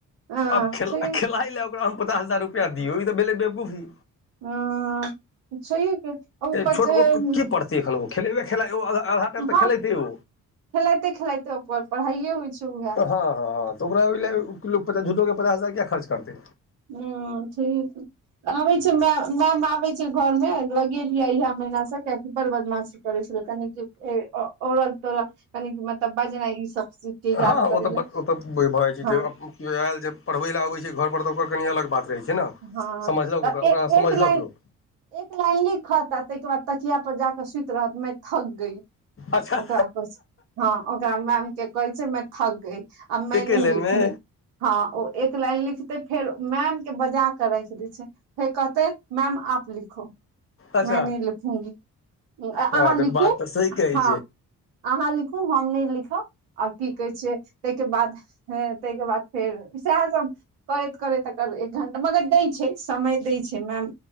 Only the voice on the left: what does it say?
अब खेल
खेल ताहि लै ओकरा हम पचास हजार रूपया लिये ई तऽ भेलै बेबकुफी
छोट
की पड़तै एन खेलेबे खेला आधा टाइम तऽ
खेलेत ओ
हँ हँ हँ तऽ ओकरा ओहिए किलो प झूठोके पचास हजार किया खर्च करतै
हँ
ओ तऽ
ओ तऽ भऽ जाइ छै
जे केओ आयल जे पढ़बै लऽ अबै छै घर पर तऽ ओकर कनी अलग बात रहै छै छै ने
समझलक
ओकरा समझलक
लोक
अच्छा
एके
लाइनमे
अच्छा
हँ तऽ
बात तऽ सही कहै